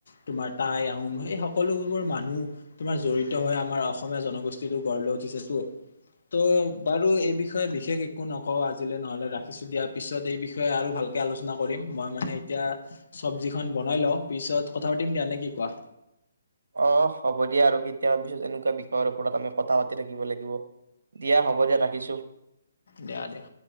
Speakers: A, on the left (about 55°); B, on the right (about 60°).
A: তোমাৰ তাই আহোম সেই সকলোবোৰ মানুহ তোমাৰ জড়িত। জড়িত হৈ, আমাৰ অসমীয়া জনগোষ্ঠীবোৰ গঢ় লৈ উঠিছে তো। ত' বাৰু এই বিষয়ে বিশেষ একো নকওঁ আজিলৈ নহলে ৰাখিছো দিয়া, পিছত এই বিষয়ে আৰু ভালকে আলোচনা কৰিম। মই মানে এতিয়া চব্জিখন বনাই লওঁ, পিছত কথা পাতিম দিয়া, নে কি কোৱা?
B: অ, হ'ব দিয়া আৰু কেতিয়াবা পিছত এনেকুৱা বিষয়ৰ ওপৰত আমি কথা পাতি থাকিব লাগিব। দিয়া হ'ব দিয়া ৰাখিছো।
A: দিয়া-দিয়া।